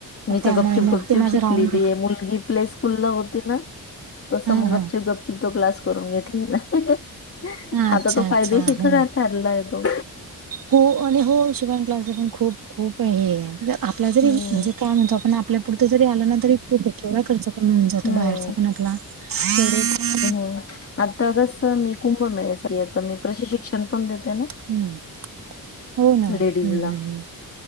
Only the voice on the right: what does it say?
त्यामुळे
मग ते माझं
राहून गे
हा
हा
हा अच्छा
अच्छा
ह
हो आणि हो शिवन क्लासला पण, खूप-खूप हे म्णजे आपल्या जरी,
म्हणजे काय म्हणता, पण आपल्या पुरतं जरी आलं ना, तरी खूप ये. केवढा खर्च कमी होउऊन जातो
बाहेरचा, पण आपला तेवढ
हम्म. हो ना, हम्म-हम्म-हम्म.